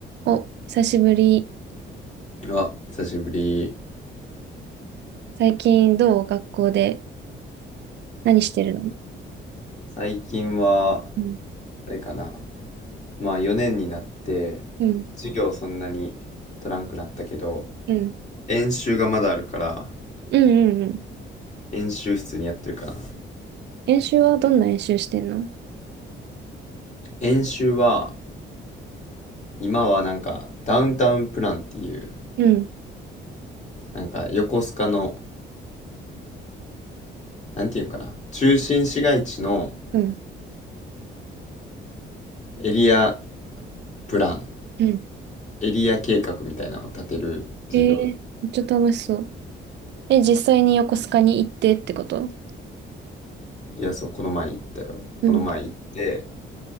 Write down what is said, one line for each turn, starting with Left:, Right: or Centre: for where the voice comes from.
Right: お、久しぶり。
Left: あ、久しぶり。
Right: 最近どう学校で何してるの
Left: 最近は、
Right: うん、
Left: あれかな。まあ4年になって、
Right: うん、
Left: 授業そんなに取らんくなったけど、
Right: うん、
Left: 演習がまだあるから、
Right: うん、うんうん。
Left: 演習室にやってるかな。
Right: 演習はどんな演習してんの
Left: 演習は、今はなんか、ダウンタウンプランっていう、
Right: うん、
Left: なんか横須賀の、なんていうんかな、中心市街地の
Right: うん、
Left: エリアプラン、
Right: うん。
Left: エリア計画みたいなのを立てる授業。
Right: へえ、めっちゃ楽しそう。え、実際に横須賀に行ってってこと
Left: いや、そう、この前行ったよ。
Right: うん、
Left: この前行って、